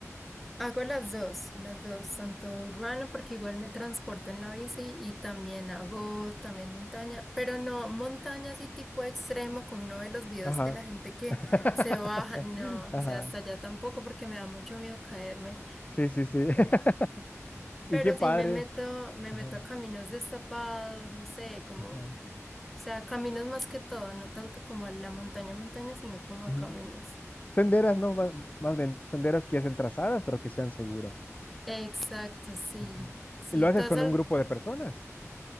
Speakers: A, in the centre; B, on the left (about 30°).
A: Hago las dos, las dos, tanto urbano porque igual me transporto en la bici y también hago también montaña, pero no montaña así tipo extremo como uno ve los videos
B: Ajá.
A: de la gente que
B: <laughs>
A: se baja, no, o sea,
B: Ajá.
A: hasta allá tampoco porque me da mucho miedo caerme.
B: Sí, sí, sí. <laughs>
A: Pero
B: Y qué padre.
A: sí me meto, me
B: Ajá,
A: meto a caminos destapados, no sé, como,
B: ajá.
A: o sea, caminos más que todo, no tanto como a la montaña, montaña, sino como a
B: Ujú.
A: caminos.
B: Senderas, no, más, más bien, senderas que ya estén trazadas, pero que sean seguras.
A: Exacto, sí.
B: Ujú.
A: Sí,
B: Y lo haces
A: ¿tú has,
B: con
A: al-
B: un grupo de personas.